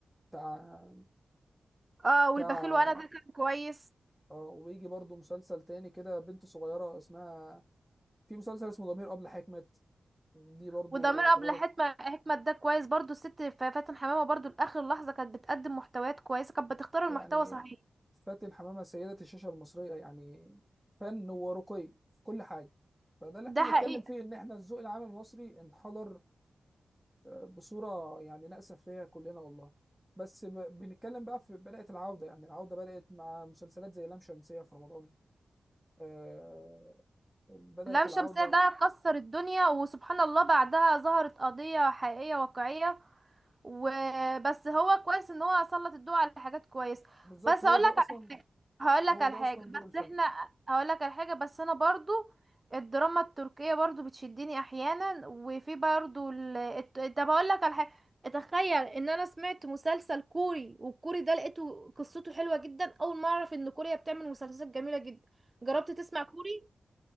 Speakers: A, in the centre; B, on the right.
A: بتاع
B: اه
A: بتاع
B: والبخيل وانا ده كان كويس
A: اه ويجي برضو مسلسل تاني كده بنت صغيرة اسمها في مسلسل اسمه ضمير أبلة حكمت دي برضو
B: وضمير ابله
A: بتعرض
B: حكمة حكمة ده كويس برضو الست ف- فاتن حمامة برضو لاخر لحظة كانت بتقدم محتويات كويسة كانت بتختار
A: يعني
B: المحتوى صحيح
A: فاتن حمامة سيدة الشاشة المصرية يعني فن ورقي في كل حاجة فده اللي
B: ده
A: احنا بنتكلم
B: حقيقة
A: فيه ان احنا الذوق العام المصري انحدر بصورة يعني نأسف ليها كلنا والله بس ب... بنتكلم بقى في بدأت العودة يعني العودة بدأت مع مسلسلات زي لام شمسية في رمضان آه... بدأت
B: لام
A: العودة
B: شمسية ده كسر الدنيا وسبحان الله بعدها ظهرت قضية حقيقية واقعية وبس هو كويس ان هو سلط الضوء على حاجات كويس
A: بالظبط
B: بس
A: هو
B: هقول
A: ده
B: لك
A: أصلا
B: على حاجه هقول لك
A: هو
B: على
A: ده
B: حاجه
A: أصلا
B: بس
A: دور الفن
B: احنا هقول لك على حاجه بس انا برضو الدراما التركيه برضو بتشدني احيانا وفي برضو ال... الت- طب هقول لك على حاجه تخيل ان انا سمعت مسلسل كوري والكوري ده لقيته قصته حلوه جدا اول ما اعرف ان كوريا بتعمل مسلسلات جميله جدا جربت تسمع كوري